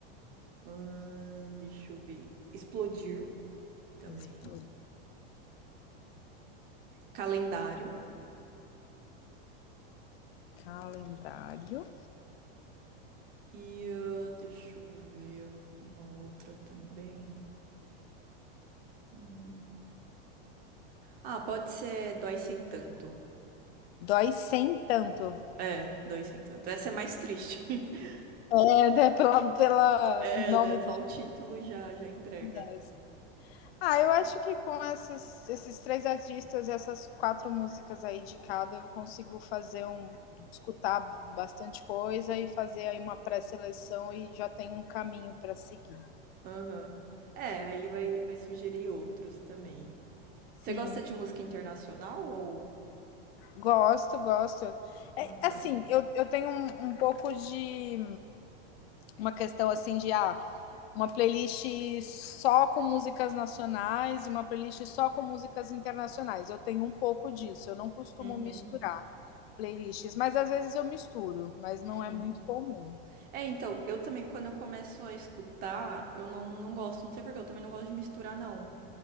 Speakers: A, on the right; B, on the left.
A: Ahn, deixa eu ver. Explodir. também.
B: Explodir.
A: Calendário.
B: Calendário.
A: E ah, deixa eu ver uma outra também. Hum. Ah, pode ser Dói Sem Tanto.
B: Dói sem tanto.
A: É, Dói Sem Tanto. Essa é mais triste. <laughs>
B: É, né, pela, pela
A: É,
B: nome
A: né? Só o título já, já entrega.
B: do Ah, eu acho que com essas- esses três artistas, essas quatro músicas aí de cada, eu consigo fazer um. escutar bastante coisa e fazer aí uma pré-seleção e já tem um caminho para seguir.
A: Aham. É, aí ele vai, vai sugerir outros também.
B: Sim,
A: Você gosta de música internacional ou...
B: gosto, gosto. É,
A: Ah,
B: assim,
A: tá.
B: eu, eu tenho um, um pouco de. uma questão assim de ah, uma playlist só com músicas nacionais e uma playlist só com músicas internacionais. Eu tenho um pouco disso, eu não costumo
A: Uhum.
B: misturar playlists, mas às vezes eu misturo, mas não
A: Uhum.
B: é muito comum.
A: É, então, eu também, quando eu começo a escutar, eu não, não gosto. Não sei por quê, eu também não gosto de misturar, não.